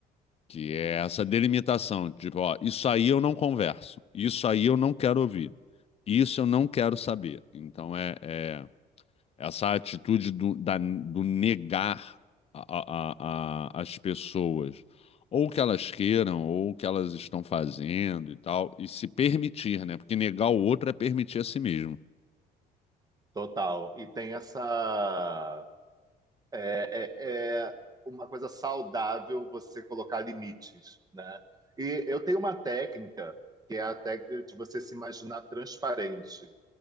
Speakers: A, on the left; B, on the right.
A: Que é essa delimitação, tipo, ó, isso aí eu não converso, isso aí eu não quero ouvir, isso eu não quero saber. Então é, é essa atitude do, da- do negar a, a- a- as pessoas, ou o que elas queiram, ou o que elas estão fazendo e tal, e se permitir, né? Porque negar o outro é permitir a si mesmo.
B: total. E tem essa é, é, é uma coisa saudável você colocar limites, né? E eu tenho uma técnica, que é a técnica de você se imaginar transparente.